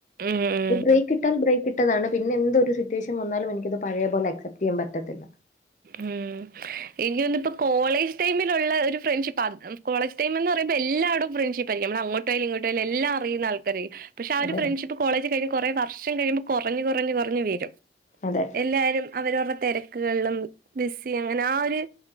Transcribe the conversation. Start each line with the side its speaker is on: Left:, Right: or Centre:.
Right: ഏഹ്
Left: ഇത് ബ്രേക്ക് ഇട്ടാൽ ബ്രേക്ക് ഇട്ടതാണ് പിന്നെ എന്തൊ സിറ്റുവേഷൻ വന്നാലും എനിക്കത് പഴയ പോലെ അക്സെപ്റ്റ് ചെയ്യൻ പറ്റത്തില്ല
Right: ഉം ഇഞൊന്ന്പ്പൊ കോളേജ് ടൈമില്ള്ള ഒര് ഫ്രൺഷിപ്പാണ്. കോളേജ് ടൈമെന്ന് പറയുമ്പൊ എല്ലാടൊം. ഫ്രണ്ട്ഷിപ്പായിരിക്കും നമ്മളങ്ങോട്ട് അങ്ങട്ടോയാലും ഇങ്ങോട്ടായാലും എല്ലാ അറിയുന്ന ആൾക്കാര് പക്ഷെ ആ
Left: അതെ
Right: ഒരു ഫ്രണ്ട്ഷിപ്പ് കോളേജ് കഴിഞ്ഞു കുറെ വർഷം കഴിയുമ്പൾ കുറഞ്ഞു കുറഞ്ഞു വരും
Left: അതെ
Right: എല്ലാരും അവരരുടെ തിരക്കുകളിലും ബിസ്സി അങ്ങനെ ആ ഒരു